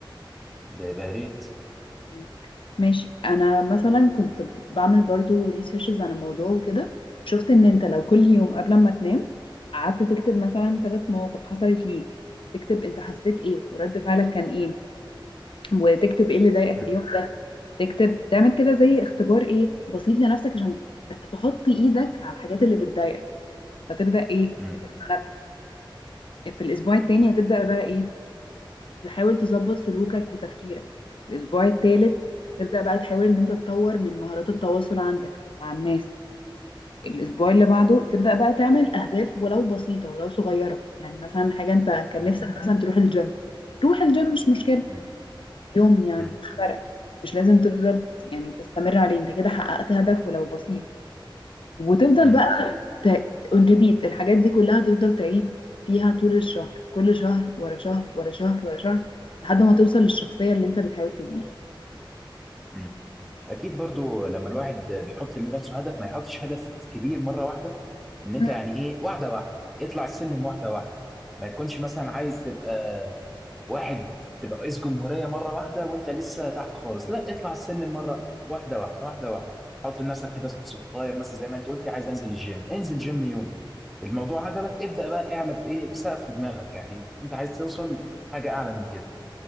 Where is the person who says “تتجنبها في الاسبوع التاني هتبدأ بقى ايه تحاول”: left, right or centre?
Left